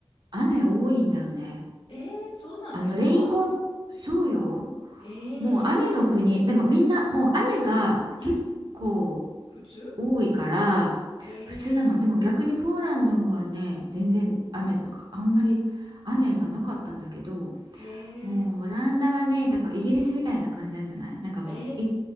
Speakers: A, on the right; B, on the left.
A: 雨多いんだよね。
B: ええ、そうなんですか
A: あのレインコート、そうよ。
B: ええ、
A: もう雨の国、でもみんな、もう雨が結構
B: うん。普通
A: 多いから、
B: え
A: 普通なの。
B: え、
A: でも逆にポーランドはね、全然雨だか、あんまり雨がなかったんだけど、
B: え
A: もうオランダはね、
B: え、
A: だからイギリスみたいな感じなんじゃないなんかもうい、
B: え